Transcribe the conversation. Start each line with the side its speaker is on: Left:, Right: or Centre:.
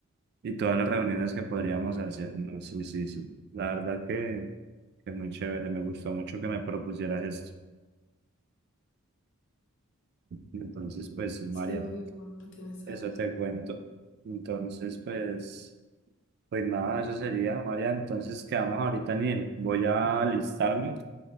Right: Y todas las reuniones que podríamos hacer, ¿no? Sí, sí, sí. La verdad que, que muy chévere, me gustó mucho que me propusieras esto. Entonces, pues sí, María,
Left: Sí, obvio, Juanjo, tienes toda
Right: eso
Left: razón.
Right: te cuento. Entonces, pues, pues nada, eso sería, María. Entonces, quedamos ahorita en ir. Voy a alistarme